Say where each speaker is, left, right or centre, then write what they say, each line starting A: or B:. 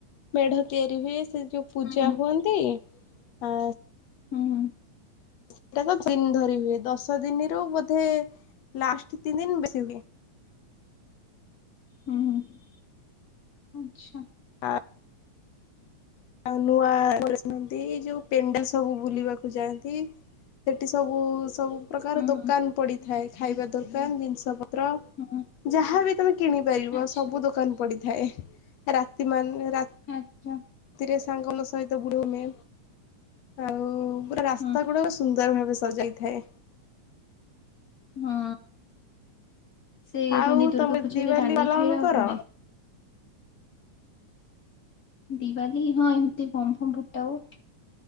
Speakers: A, on the left; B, on the left.
A: ମେଢ଼ ତିଆରି ହୁଏ ସେ ଯୋଉ ପୂଜା
B: ହୁଁ ହୁଁ
A: ହୁଅନ୍ତି ଆ
B: ହୁଁ।
A: ସେଟା ତ ଦିନ ଧରି ହୁଏ ଦଶ ଦିନିରୁ ବୋଧେ ଲାଷ୍ଟ ତିନି ଦିନ ବେଶୀ ହୁଏ।
B: ହୁଁ ହୁଁ ହୁଁ ଆଚ୍ଛା
A: ଆ ଆଉ ନୂଆ ଡ୍ରେସ୍ ପିନ୍ଧି ଯୋଉ ପେଣ୍ଡାଲ ସବୁ ବୁଲିବାକୁ ଯାଆନ୍ତି। ସେଠି ସବୁ ସବୁ ପ୍ରକାର
B: ହୁଁ
A: ଦୋକାନ
B: ହୁଁ
A: ପଡ଼ିଥାଏ ଖାଇବା ଦୋକାନ ଜିନିଷ ପତ୍ର।
B: ହୁଁ ହୁଁ।
A: ଯାହାବି ତମେ କିଣି ପାରିବ
B: ଆଚ୍ଛା
A: ସବୁ ଦୋକାନ ପଡ଼ିଥାଏ ରାତି ମାନ୍ ରା
B: <unintelligible>
A: ଥିରେ ସାଙ୍ଗଲ ସହିତ ବୁଲୁଆମେ। ଆଉ ପୁରା ରାସ୍ତା
B: ହୁଁ
A: ଗୁଡ଼ାକ ସୁନ୍ଦର ଭାବେ ସଜାହେଇଥାଏ।
B: ହୁଁ ସେଇ
A: ଆଉ
B: ମାନେ ଦୁର୍ଗା
A: ତମେ
B: ପୂଜାରେ
A: ଦିିବାଲି
B: ଦାଣ୍ଡି
A: ପାଲନ
B: ଖେଳ
A: କର?
B: ହୁଏ। ଦିିବାଲୀ ହଁ ଏମତି ବମ୍ ଫମ୍ ଫୁଟାଉ।